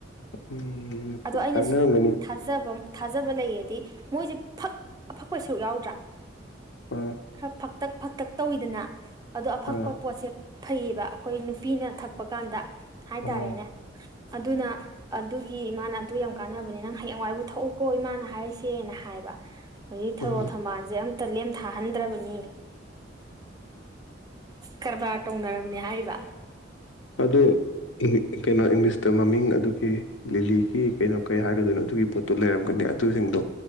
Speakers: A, on the left (about 70°); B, on the right (about 20°).
A: ꯎꯝ
B: ꯑꯗꯣ ꯑꯩꯅꯁꯨ
A: ꯀꯥꯟꯅꯔꯝꯒꯅꯤ
B: ꯊꯥꯖꯕꯝ ꯊꯥꯖꯕ ꯂꯩꯌꯦꯗꯤ ꯃꯣꯏꯁꯦ ꯐꯛ ꯑꯐꯛꯄ ꯁꯔꯨꯛ ꯌꯥꯎꯗ꯭ꯔꯥ
A: ꯑꯥ
B: ꯈꯔ ꯐꯛꯇꯛ ꯐꯛꯇꯛ ꯇꯧꯏꯤꯗꯅ ꯑꯗꯣ ꯑꯐꯛꯄ
A: ꯑꯥ
B: ꯄꯣꯠꯁꯦ ꯐꯩꯌꯦꯕ ꯑꯩꯈꯣꯏ ꯅꯨꯄꯤꯅ ꯊꯛꯄ ꯀꯥꯟꯗ ꯍꯥꯏꯇꯥꯔꯦꯅꯦ
A: ꯑꯣ
B: ꯑꯗꯨꯅ ꯑꯗꯨꯒꯤ ꯃꯥꯅ ꯑꯗꯨ ꯌꯥꯝ ꯀꯥꯟꯅꯕꯅꯦ ꯅꯪ ꯍꯌꯦꯡꯋꯥꯏꯕꯨ ꯊꯛꯎꯀꯣ ꯏꯃꯥꯅ ꯍꯥꯏꯔꯤꯁꯦꯅ ꯍꯥꯑꯦꯏꯕ ꯈꯣꯏ ꯊꯔꯣ
A: ꯑꯥ
B: ꯊꯝꯕꯥꯜꯁꯦ ꯑꯝꯇ ꯂꯦꯝꯊꯥꯍꯟꯗ꯭ꯔꯕꯅꯤ ꯀꯔꯕꯥꯔ ꯇꯧꯅꯔꯕꯅꯦ ꯍꯥꯔꯤꯕ
A: ꯑꯗꯣ ꯀꯩꯅꯣ ꯏꯪꯂꯤꯁꯇ ꯃꯃꯤꯡ ꯑꯗꯨꯒꯤ ꯂꯤꯂꯤꯒꯤ ꯀꯩꯅꯣ ꯀꯩ ꯍꯥꯏꯒꯗꯣꯏꯅꯣ ꯑꯗꯨꯒꯤ ꯄꯣꯠꯇꯣ ꯂꯩꯔꯝꯒꯅꯤ ꯑꯗꯨꯁꯤꯡꯗꯣ